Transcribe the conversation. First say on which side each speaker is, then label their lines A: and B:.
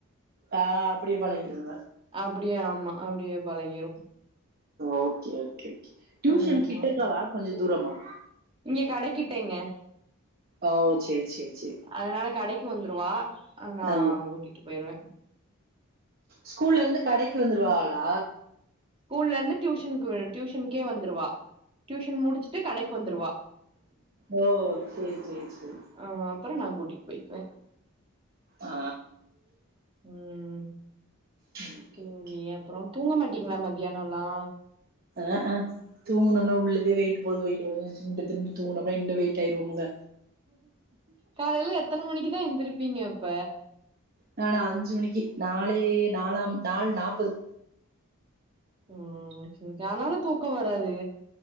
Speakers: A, on the right; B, on the right.
A: ஆ அப்டியே பழகிருங்க
B: அப்டியா ஆமா அப்டியே பழகிரும்
A: ஓகே ஓகே கே டியூஷன்
B: ஆமா
A: கிட்டக்கவா கொஞ்சோ தூரமா
B: இங்க கடைக்கிட்டேங்க
A: ஓ சேரி சேரி சேரி
B: அதனால கடைக்கு வந்துருவா நா
A: ஆ
B: கூட்டிட்டு போயிருவ
A: ஸ்கூல்லருந்து கடைக்கு வந்துருவாளா
B: ஸ்கூல்லருந்து டியூஷனுக்கு டியூஷனுக்கே வந்துருவா டியூஷன் முடிச்சுட்டு கடைக்கு வந்ருவா
A: ஓ செர் செர் செர்
B: ஆ அப்புறோ நா கூட்டிட் போய்க்குவே
A: ஆ
B: ம்
A: ஓகே
B: சேரி
A: ஓகே
B: அப்றம் தூங்க மாட்டீங்ளா மத்யானல்லா
A: ஆ அ தூங்கணம்னா உள்ளவே வெயிட்டு போகும் வெயிட்டு ஏறும் தின்ட்டு தின்ட்டு தூங்கணுனா இன்னும் வெயிட் ஆயிருவோம்ங்க
B: காலையில எத்தன மணிக்குதா எந்திருப்பீங்க அப்ப
A: நானா அஞ்சு மணிக்கு நாளே நாலாம் நாலு நாப்பது
B: ம் செர் தா ஆனால தூக்க வராது